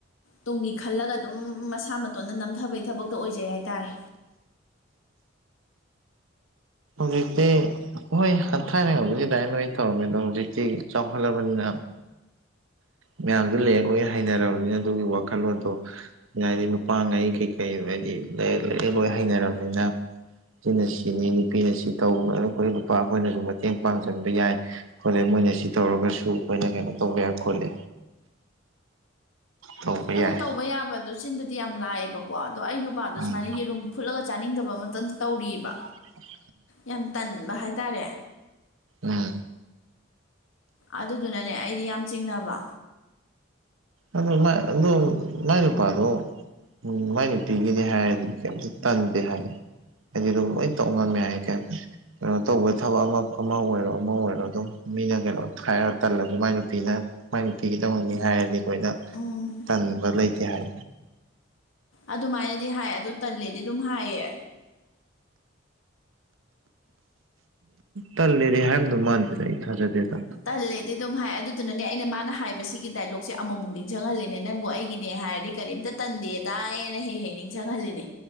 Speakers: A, on the left (about 80°); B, on the right (about 80°).
A: ꯇꯨꯡꯒꯤ ꯈꯜꯂꯒ ꯑꯗꯨꯝ ꯃꯁꯥ ꯃꯇꯣꯟꯗ ꯅꯝꯊꯕꯩ ꯊꯕꯛꯇ ꯑꯣꯏꯖꯩ ꯍꯥꯏꯇꯥꯔꯦ
B: ꯍꯧꯖꯤꯛꯇꯤ ꯍꯣꯏ ꯍꯟꯊꯥꯏꯅꯉꯧꯕꯒꯤ ꯂꯥꯏꯅ ꯂꯣꯏ ꯇꯧꯔꯝꯃꯦ ꯑꯗꯣ ꯍꯧꯖꯤꯛꯇꯤ ꯆꯥꯎꯈꯠꯂꯕꯅꯤꯅ ꯃꯌꯥꯝꯗꯨ ꯂꯔ ꯂꯣꯏ ꯍꯩꯅꯔꯕꯅꯤꯅ ꯑꯗꯨꯒꯤ ꯋꯥꯈꯜꯂꯣꯟꯗꯣ ꯍꯥꯏꯗꯤ ꯅꯨꯄꯥꯉꯩ ꯀꯩꯀꯩ ꯍꯥꯏꯗꯤ ꯂꯩ ꯂꯥꯏꯔꯛ ꯂꯣꯏ ꯍꯩꯅꯔꯕꯅꯤꯅ ꯁꯤꯅ ꯁꯤꯅꯤ ꯅꯨꯄꯤꯅ ꯁꯤ ꯇꯧꯕ ꯑꯩꯈꯣꯏ ꯅꯨꯄꯥ ꯑꯩꯈꯣꯏꯅꯖꯨ ꯃꯇꯦꯡ ꯄꯥꯡꯖꯟꯕ ꯌꯥꯏ ꯈꯣꯠꯂꯦ ꯃꯣꯏꯅ ꯁꯤ ꯇꯧꯔꯒꯁꯨ ꯑꯩꯈꯣꯏꯅ ꯀꯩꯅꯣ ꯇꯧꯕ ꯌꯥꯏ ꯈꯣꯠꯂꯦ ꯇꯧꯕ
A: ꯑꯗꯨ
B: ꯌꯥꯏ
A: ꯇꯧꯕ ꯌꯥꯕ ꯑꯗꯨꯁꯨ ꯍꯆꯤꯟꯗꯗꯤ ꯌꯥꯝ ꯂꯥꯛꯑꯦꯕꯀꯣ ꯑꯗꯣ ꯑꯩ ꯅꯨꯄꯥꯗꯣ
B: ꯎꯝ
A: ꯁꯨꯃꯥꯏꯅ ꯌꯦꯔꯨꯝ ꯐꯨꯠꯂꯒ ꯆꯥꯅꯤꯡꯗꯕ ꯃꯇꯝ ꯇꯧꯔꯤꯑꯕ
B: <inaudible>
A: ꯌꯥꯝ ꯇꯟꯕ ꯍꯥꯏꯇꯥꯔꯦ
B: ꯎꯝ
A: ꯑꯗꯨꯗꯨꯅꯅꯦ ꯑꯩꯗꯤ ꯌꯥꯝ ꯆꯤꯡꯅꯕ
B: ꯑꯗꯨ ꯑꯗꯨ ꯃꯥꯏ ꯅꯨꯄꯥꯗꯣ ꯎꯝ ꯃꯥꯏ ꯅꯨꯄꯤꯒꯤꯅꯤ ꯍꯥꯏꯔꯗꯤ ꯀꯩꯝꯇ ꯇꯟꯗꯦ ꯍꯥꯏ ꯍꯥꯏꯗꯤ ꯑꯗꯨꯝ ꯂꯣꯏ ꯇꯧ ꯉꯝꯃꯦ ꯍꯥꯏ ꯀꯩ ꯀꯩꯅꯣ ꯇꯧꯕꯩ ꯊꯕꯛ ꯑꯃ ꯑꯃ ꯑꯣꯏꯔꯣ ꯑꯃ ꯑꯣꯏꯔꯣ ꯑꯗꯨꯝ ꯃꯤꯅ ꯀꯩꯅꯣ ꯊꯥꯏꯔꯒ ꯇꯜꯂꯁꯨ ꯃꯥꯏ ꯅꯨꯄꯤꯅ ꯃꯥꯏ ꯅꯨꯄꯤꯒꯤꯗꯧꯅꯤꯡꯅꯤ ꯍꯥꯏꯔꯗꯤ ꯑꯩꯈꯣꯏꯅ
A: ꯎꯝ
B: ꯇꯟꯕ ꯂꯩꯇꯦ ꯍꯥꯏ
A: ꯑꯗꯨꯃꯥꯏꯅꯗꯤ ꯍꯥꯏ ꯑꯗꯨ ꯇꯜꯂꯦꯗꯤ ꯑꯗꯨꯝ ꯍꯥꯏꯌꯦ
B: ꯇꯜꯂꯦꯗꯤ ꯍꯥꯏꯕꯗꯨ ꯃꯥꯟꯗꯗ ꯑꯩ ꯊꯥꯖꯗꯦꯗ
A: ꯇꯜꯂꯦꯗꯤ ꯑꯗꯨꯝ ꯍꯥꯏ ꯑꯗꯨꯗꯨꯅꯅꯦ ꯑꯩꯅ ꯃꯥꯅ ꯍꯥꯏꯕ ꯁꯤꯒꯤ ꯗꯥꯏꯂꯣꯛꯁꯦ ꯑꯃꯃꯨꯛ ꯅꯤꯡꯁꯤꯡꯍꯜꯂꯦꯅꯦ ꯅꯪꯕꯨ ꯑꯩꯒꯤꯅꯦ ꯍꯥꯏꯔꯗꯤ ꯀꯔꯤꯝꯇ ꯇꯟꯗꯦꯗꯥꯏꯅ ꯍꯦꯛ ꯍꯦꯛ ꯅꯤꯡꯁꯤꯡꯍꯜꯂꯤꯅꯦ